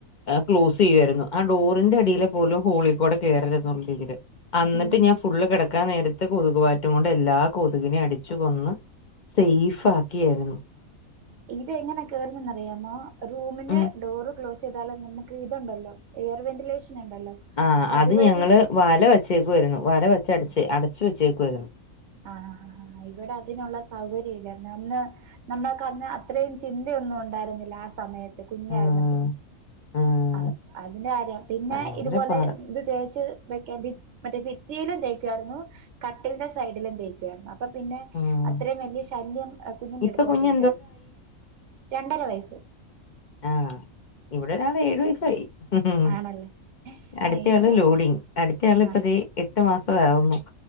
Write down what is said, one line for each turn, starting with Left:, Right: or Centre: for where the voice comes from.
Left: ക്ലോസ് ചെയ്യുവായിരുന്നു- ആ ഡോറിന്റെ
Right: ഉം
Left: അടിയിലെ പോലും ഹോളി- കൂടെ കയറരുതെന്നുള്ള രീതിയില്- അന്നിട്ട്
Right: ഉം
Left: ഞാൻ- കിടക്കാൻ നേരത്ത് കൊതുകു ബാറ്റും കൊണ്ട് എല്ലാ കൊതുകിനെയും അടിച്ചു കൊന്ന്- സൈഫ് ആക്കിയാരുന്നു-
Right: ഇതെങ്ങനെ കേയറുന്നന്ന്റിയാമോ റൂമിന്റെ
Left: ഉം
Right: ഡോറ് ക്ലോസ്- <unintelligible> നമുക്ക് ഇണ്ടല്ലോ എയർ വെന്റിലേഷൻ ഉണ്ടല്ലോ
Left: ആ
Right: അതുവഴി
Left: അത് ഞങ്ങള് വല വ ച്ചേക്ക് വരുന്നു വര വെച്ചടച്ച്
Right: ആഹ്
Left: അടച്ച് വെച്ചേക്കുയിരുന്നു
Right: ആ ആ ഇവിടെ അതിനുള്ള സൗകര്യം ഇല്ലായിരുന്നു അന്ന് നമ്മൾക്ക് അന്ന് അത്ര ഇയും ചിന്തയൊന്നും ഉണ്ടായിരുന്നില്ല ആ സമയത് മ കുഞ്ഞായിര്ന്നപ്പഴേ
Left: ആഹ് ആഹ്
Right: അ അതിന്റെ കാര്യം പിന്നെ
Left: ഭയങ്കര
Right: ഇതുപോലെ
Left: പാട്
Right: ഇത് തേച്ച് വെക്കാൻ മറ്റേ ത്തിയിലും തേക്കുയിരുന്നു കട്ടിന്റെ സൈഡിലും തേക്കുയിരുന്നു അപ്പൊ പിന്നെ
Left: ഉം
Right: അത്രയും വലിയ ശല്യം കുഞ്ഞിന്റെ
Left: ഇപ്പൊ
Right: അടുത്തോട്ടില്ലായിരുന്നു
Left: കുഞ്ഞ്
Right: രണ്ടര വയസ്
Left: ആ ഇവിടെരാളെ ഏഴു വയസ സയ് ഉം ഉം
Right: ആണല്ലേ
Left: അടുത്തയാള്
Right: ആ ഇവിടെ
Left: ലോഡിങ് അടുത്തയാളി
Right: ആ
Left: ഇപ്പ ദേ എട്ട് മാസം <unintelligible>